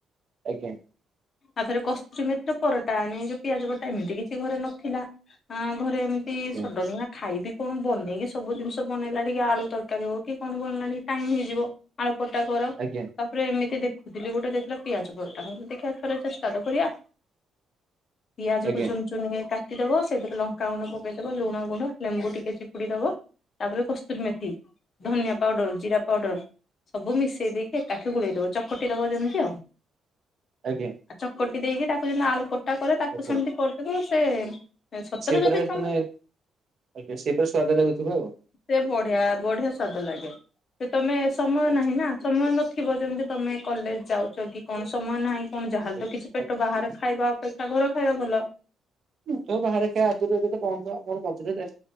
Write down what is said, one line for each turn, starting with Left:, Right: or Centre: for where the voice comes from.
Right: ଆଜ୍ଞା।
Left: ଆଉ ଥରେ କସ୍ତୁରୀ ମେଥିର ପରଟା ନାହିଁ ଯଉ ପିଆଜ ପରଟା ଏମିତି କିଛି ଘରେ ନଥିଲା ଆ- ଘରେ ଏମିତି
Right: ଆଜ୍ଞା
Left: ସଡନ୍ କିନା ଖାଇବେ କଣ ବନେଇକି ସବୁ ଜିନିଷ ବନେଇଲା ଠିକି ଆଳୁ ତରକାରୀ ହଉ କି କଣ ବନେଇଲା ଠିକି ଟାଇମ୍ ହେଇଯିବ ଆଳୁ ପରଟା କର
Right: ଆଜ୍ଞା
Left: ତାପରେ ଏମିତି ଦେଖୁଥିଲି ଗୋଟେ ଦେଇଥିଲା ପିଆଜ ପରଟା ମୁଁ କହିଲି ଦେଖିଆ ଥରେ ଚେଷ୍ଟା ତ କରିବା। ପିଆଜକୁ
Right: ଆଜ୍ଞା
Left: ଚୂନ କାଟିଦବ, ସେଇଥିରେ ଲଙ୍କା ଗୁଣ୍ଡ ପକେଇଦବ, ଲୁଣ ଗୁଣ୍ଡ, ଲେମ୍ବୁ ଟିକେ ଚିପୁଡିଦବ ତାପରେ ପ୍ରୋ କଷ୍ଟୁରି ମେଥି, ଧନିଆ ପାଉଡର, ଜିରା ପାଉଡର। ସବୁ ମିଶେଇ ଦେଇକି ଏକାଠି ଗୁଳେଇଦବ, ଚକଟି ଦବ ଯେମିତି ଆଉ
Right: ଆଜ୍ଞା।
Left: ଆଉ ଚକଟି ଦେଇକି ତାକୁ ଯେମିତି ଆଳୁ ପଟା କଲେ ତାକୁ
Right: ଓହୋ।
Left: ସେମିତି କରିଦେବ ସେ ସତରେ
Right: ସେ ପୁରା
Left: ଯଦି ତମ
Right: ମାନେ ଆଜ୍ଞା ସେପୁରା ସ୍ଵାଦ ଲାଗୁଥିବ ଆଉ।
Left: ସେ ବଢିଆ ବଢିଆ ସ୍ଵାଦ ଲାଗେ, ସେ ତମେ ସମୟ
Right: ଆଚ୍ଛା
Left: ନାହିଁ ନା? ସମୟ ନଥିବ ଯେମିତି ତମେ କଲେଜ ଯାଉଛ କି କଣ ସମୟ ନାହିଁ, କଣ ଯାହା ହେଲେ
Right: ଆଜ୍ଞା
Left: ତ କିଛି ପେଟ
Right: ଆଜ୍ଞା
Left: ବାହାରେ?
Right: ଆଜ୍ଞା
Left: ଖାଇବା ଅପେକ୍ଷା ଘର ଖାଇବା ଭଲ।
Right: ମୁ ତ ବାହାରେ ଖାଏ କରେ ଆ